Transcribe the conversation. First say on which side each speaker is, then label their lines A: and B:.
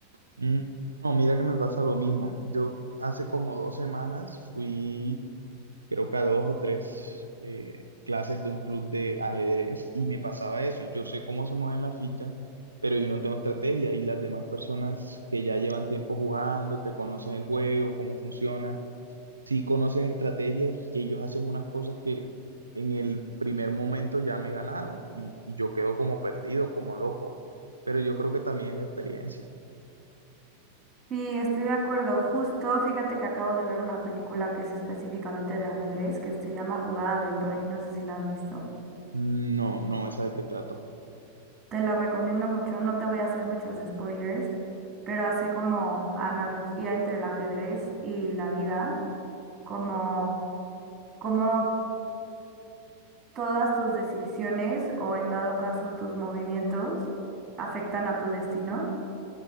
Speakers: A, on the right; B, on the right.
A: Mm, No, mira que me pasa lo mismo. Yo hace como dos semanas fui, creo que a dos o tres eh, clases de un club de ajedrez y me pasaba eso. Yo sé cómo se mueven las fichas, pero yo no tengo estrategia y las demás personas que ya llevan tiempo jugando, que conocen el juego, cómo funciona, sí conocen estrategias y que ellos hacen unas cosas que en el primer momento ya me ganaron y, y yo quedo como perdido, como loco. Pero yo creo que también es la experiencia.
B: Sí, estoy de acuerdo. Justo, fíjate que acabo de ver una película que es específicamente de ajedrez, que se llama Jugada del Rey, no sé si la has visto.
A: Mm, No, no, esa de qué trata. ok.
B: Te la recomiendo mucho, no te voy a hacer muchos spoilers, pero hace como analogía entre el ajedrez y la vida, como, como todas tus decisiones o en dado caso tus movimientos afectan a tu destino,